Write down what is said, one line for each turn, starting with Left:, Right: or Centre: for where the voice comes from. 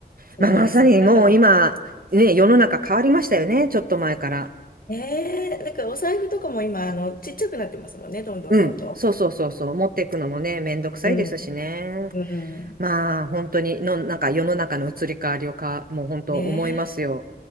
Left: そうですよ。
Right: まあ、まさにもう今、
Left: だから、
Right: ね、世の中変わりましたよね、ちょっと前から。
Left: ねえ、だからお財布とかも今、あの、ちっちゃくなってますもんね、どんどんどんど
Right: うん、そうそうそうそう、持っていくのもね、めんどくさいですしね。
Left: ん。うん、うん。
Right: まあ、本当にの、なんか世の中の移り変わりをか、もう本当思いますよ。
Left: ね